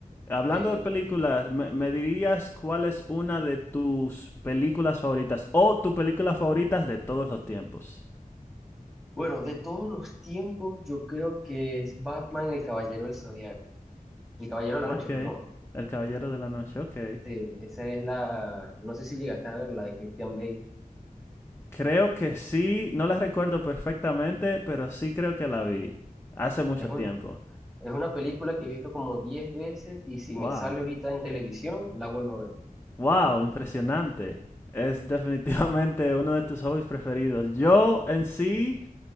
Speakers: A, on the left (about 15°); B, in the centre.
A: Hablando
B: Eh,
A: de películas, ¿me, me dirías cuál es una de tus películas favoritas o tu película favoritas de todos los tiempos?
B: bueno, de todos los tiempos, yo creo que es Batman el Caballero del Zodiaco, el Caballero de la Noche,
A: Ok,
B: perdón.
A: El Caballero de la Noche, ok.
B: Sí, esa es la, no sé si llegaste a ver la de Christian Bale.
A: Creo que sí, no la recuerdo perfectamente, pero sí creo que la vi hace mucho
B: Es un-
A: tiempo.
B: es una película que he visto como 10 veces y si
A: Wow,
B: me sale ahorita en televisión, la vuelvo a ver.
A: wow, impresionante. Es definitivamente uno de tus hobbies preferidos. Yo en sí...